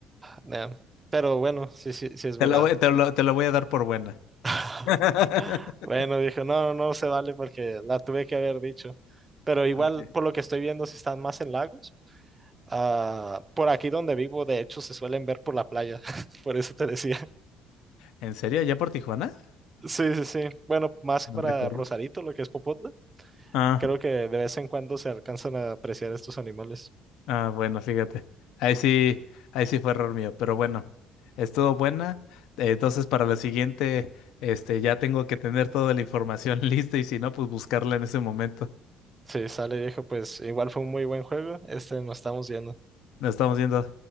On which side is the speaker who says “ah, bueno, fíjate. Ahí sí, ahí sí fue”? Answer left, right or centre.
Left